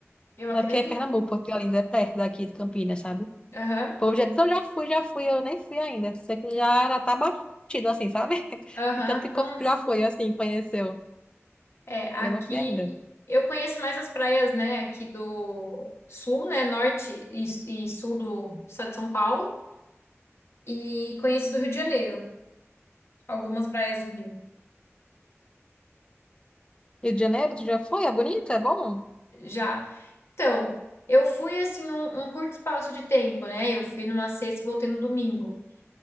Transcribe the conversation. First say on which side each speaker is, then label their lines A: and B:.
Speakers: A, on the left; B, on the left.
A: Eu
B: Mas
A: acredito.
B: porque é Pernambuco, Porto de Galinhas é perto daqui de Campinas, sabe? O
A: Aham.
B: povo já diz, não, já fui, já fui, eu nem fui ainda. Sei que já, já tá batido assim, sabe? <laughs>
A: Aham,
B: E tanto que o
A: Nossa.
B: povo já foi, assim, conheceu.
A: É, aqui
B: E eu não fui ainda.
A: eu conheço mais as praias, né, aqui do sul, né, norte e, e sul do estado de São Paulo e conheci do Rio de Janeiro, algumas praias do Rio.
B: Rio de Janeiro, tu já foi? É bonito? É bom?
A: Já. Então, eu fui assim um, um curto espaço de tempo, né? Eu fui numa sexta e voltei no domingo.